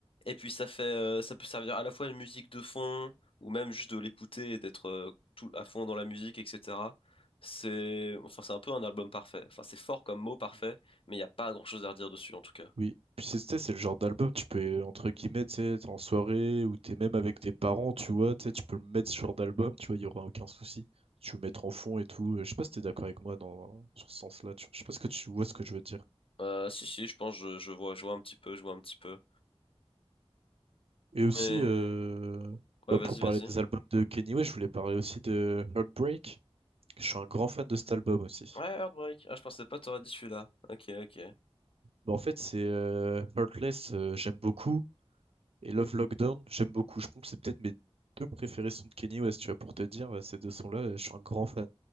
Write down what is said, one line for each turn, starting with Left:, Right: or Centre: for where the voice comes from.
Left: Et puis ça fait, euh, ça peut servir à la fois de musique de fond ou même juste de l'écouter et d'être euh, tout à fond dans la musique, etc. C'est, enfin, c'est un peu un album parfait. Enfin, c'est fort comme mot parfait,
Right: Mm.
Left: mais il n'y a pas grand-chose à redire dessus en tout cas.
Right: Oui, puis c'est tu sais, c'est le genre d'album, tu peux, entre guillemets, tu sais, t'es en soirée ou t'es même avec tes parents, tu vois, tu sais, tu peux le mettre sur d'album, tu vois, il n'y aura aucun souci. Tu peux le mettre en fond et tout. Euh, Je sais pas si t'es d'accord avec moi dans, sur ce sens-là, tu vois. Je sais pas ce que tu vois ce que je veux dire.
Left: Euh, si, si, je pense, je, je vois, je vois un petit peu, je vois un petit peu.
Right: Et aussi,
Left: Mais
Right: euh,
Left: Ouais,
Right: bah,
Left: vas-y,
Right: pour parler
Left: vas-y.
Right: des albums de Kenny West, je voulais parler aussi de Heartbreak. Je suis un grand fan de cet album aussi.
Left: Ouais, Heartbreak. Ah, je pensais pas t'aurais dit celui-là. Ok, ok.
Right: Bah, en fait, c'est euh, Heartless, euh, j'aime beaucoup. Et Love Lockdown, j'aime beaucoup. Je pense que c'est peut-être mes deux préférés sont de Kenny West, tu vois, pour te dire, euh, ces deux sons-là, euh, je suis un grand fan.